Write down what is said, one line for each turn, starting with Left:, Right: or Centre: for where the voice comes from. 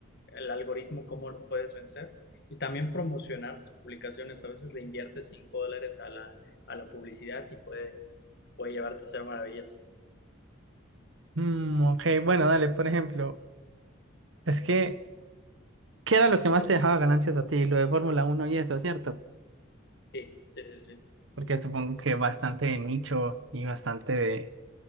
Left: el algoritmo, cómo lo puedes vencer. Y también promocionar tus publicaciones. A veces le inviertes 5 dólares a la, a la publicidad y puede, puede llevarte a hacer maravillas.
Right: Mm, ok, bueno, dale, por ejemplo, es que, ¿qué era lo que más te dejaba ganancias a ti? Lo de Fórmula Uno y eso, ¿cierto?
Left: Sí, sí, sí, sí.
Right: Porque supongo que bastante de nicho y bastante de